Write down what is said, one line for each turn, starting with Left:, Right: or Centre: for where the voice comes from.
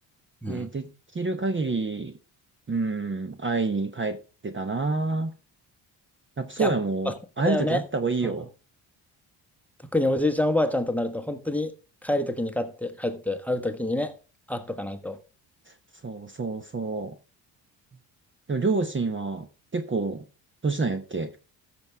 Centre: うん。
Right: で、できる限り、うん、会いに帰ってたな。やっぱそうやもう、
Centre: やっぱそうだよね。
Right: 会えるとき会った方がいいよ。
Centre: うん特におじいちゃんおばあちゃんとなると本当に帰るときに買って帰って会うときにね、会っとかないと。
Right: そうそうそう。でも両親は結構年なんやっけ